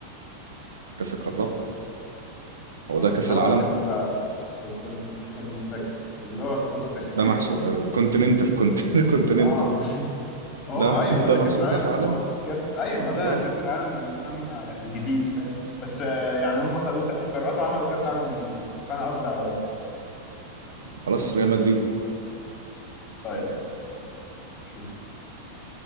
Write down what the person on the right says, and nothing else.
كأس القارات هو
ده كأس
العالم
ده محسوب الكونتيننتال كونت- <laughs> الكونتيننتال
ده
ده
محسوب
كأس عالم
يا راجل
خلاص ريال مدريد